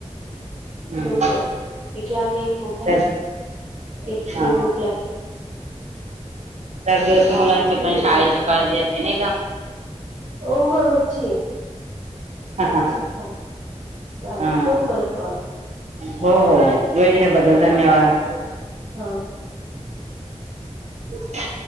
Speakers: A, on the right; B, on the right.
A: हम्म
B: दोघचात एक लहान एक मोठ आहे
A: तर
B: एक प्ले
A: हा
B: ग्रुपला
A: हा
B: आहे
A: तर दिवस
B: चालेल
A: मुलांची
B: ठीक
A: पण
B: आहे
A: शाळेची
B: ताई
A: काळजी असते नाही का
B: हो म र चित
A: हा हा
B: झाले चालेल
A: हा
B: करू परत कॉल
A: हो हो हो वेळ
B: चालेल
A: दिल्याबद्दल
B: ह
A: धन्यवाद
B: ब हा ब
A: हो